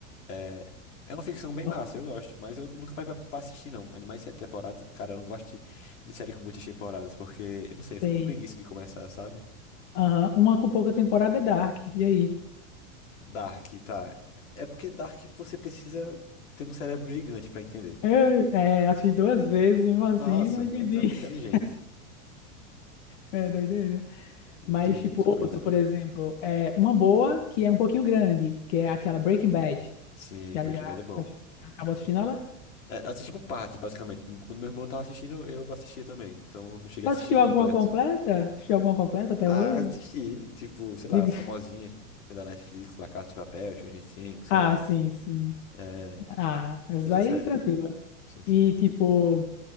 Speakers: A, on the left (about 75°); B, on the left (about 65°).
A: é, é uma ficção bem
B: Aham.
A: massa, eu gosto, mas eu nunca parei pra, pra assistir, não. Animais sete temporadas, cara, eu não gosto de, de série com muitas temporadas, porque, eu não sei, eu fico
B: Sei.
A: com preguiça de começar, sabe?
B: Aham. Uma com pouca temporada é Dark. E aí?
A: Dark, tá. É porque Dark você precisa ter um cérebro gigante pra entender.
B: Eu, é, assisti duas vezes, mesmo assim,
A: Nossa,
B: não entendi.
A: então tu é
B: <laughs>
A: muito inteligente.
B: É doideira.
A: Muito,
B: Mas, tipo,
A: muito coisinha.
B: outra, por exemplo, é uma boa que é um pouquinho grande, que é aquela Breaking Bad.
A: Sim,
B: Já,
A: Breaking
B: já,
A: Bad é bom.
B: já acabou assistindo ela?
A: É, assisti por partes, basicamente. Quando meu irmão tava assistindo, eu assistia também. Então eu não cheguei
B: Tu
A: a
B: assistiu
A: assistir completo.
B: alguma completa? Assistiu alguma completa até
A: Ah,
B: hoje?
A: assisti, tipo, sei lá,
B: Diga.
A: as famosinhas
B: <laughs>
A: da Netflix, La Casa de Papel, Stranger Things,
B: Ah,
A: sei lá.
B: sim, sim.
A: É,
B: Ah, essa
A: muita
B: aí,
A: série.
B: tranquila.
A: Sim, sim.
B: E, tipo,